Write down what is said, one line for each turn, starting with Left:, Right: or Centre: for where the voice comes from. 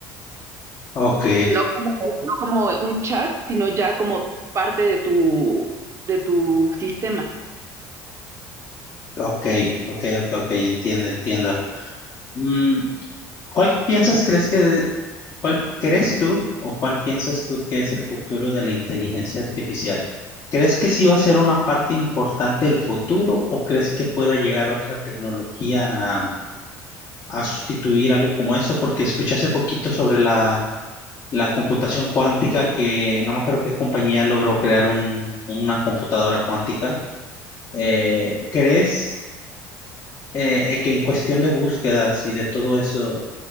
Left: Ok,
Right: no como, no como un chat, sino ya como parte de tu, de tu sistema.
Left: ok, ok, ok, ok, entiendo, entiendo. Mm, ¿cuál piensas, crees que, cuál crees tú o cuál piensas tú que es el futuro de la inteligencia artificial? ¿Crees que sí va a ser una parte importante del futuro o crees que pueda llegar otra tecnología a, a sustituir algo como eso? Porque escuché hace poquito sobre la, la computación cuántica que no me acuerdo qué compañía logró crear un- una computadora cuántica. Eh, ¿crees eh, eh, que en cuestión de búsquedas y de todo eso...